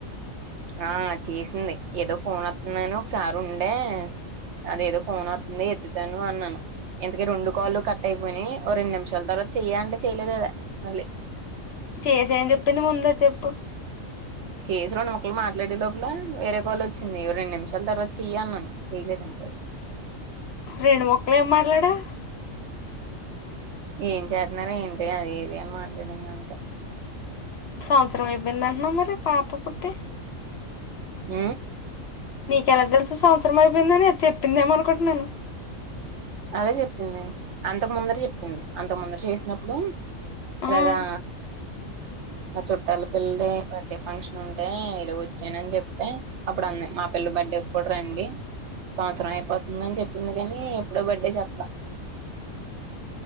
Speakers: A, on the right; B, on the left.
A: ఆ చేసింది ఏదో ఫోన్ వస్తుందని ఒకసారి ఉండే అదేదో ఫోన్ వస్తతుతుంద ఎత్తాను అన్నాను ఎందుకే రెండు కాళ్ళు కట్ అయిపోయి ఓ రెండు నిమిషాల తర్వాత చెయ అంటే చెయలేదు కదా మళ్ళీ
B: చేసేని చెప్పింది ముందు చెప్పు
A: చేసి రెండు ముక్కలు మాట్లాడే లోపల వేరే వాళ్ళ వచ్చింది రెండు నిమిషాల తర్వాత చెయ్య అన్నాను చేయలేదక
B: రెండు ముక్కలు ఏం మాట్లాడావ్
A: ఏం చేతున్నారో ఏంటి అది ఏది అని మాట్లాడింది అంతే
B: సంవత్సరం అయిపోయింది అంటున్నావ్ మరి పాప పుట్టే
A: ఉ
B: నీకెలా తెలుసు సంవత్సరం అయిపోయిందని అది చెప్పిందేమో అనుకుంటున్నాను
A: అదే చెప్పింది అంతకు ముందర చెప్పింది అంతకు ముందర చేసినప్పుడు
B: ఆ
A: ఇగా మా చుట్టాల పిల్లది బర్త్డే ఫంక్షన్ ఉంటే ఏదో వచ్చానని చెప్తే అప్పుడు అన్న మా పిల్ల బర్త్డే కూడా రండి సంవత్సరం అయిపోతుందని చెప్పింది కానీ ఇప్పుడు బర్డే చెప్పలా